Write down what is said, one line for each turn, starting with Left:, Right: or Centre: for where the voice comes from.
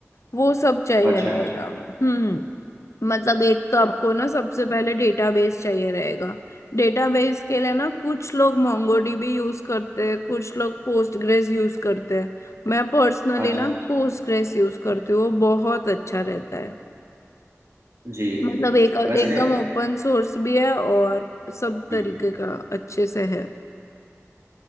Left: वो सब चाहिए
Right: अच्छा
Left: रहेगा हम्म मतलब एक तो आपको ना सबसे पहले डेटाबेस चाहिए रहेगा डेटाबेस के लिए ना कुछ लोग मोंगोडीबी यूज करते हैं कुछ लोग पोस्टग्रेस यूज करते हैं मैं पर्सनली
Right: अच्छा।
Left: ना पोस्टग्रेस यूज करती हूँ वो बहुत अच्छा रहता है
Right: जी
Left: मतलब एक एकदम
Right: वैसे
Left: ओपन सोर्स भी है और सब
Right: जी,
Left: तरीके का अच्छे से है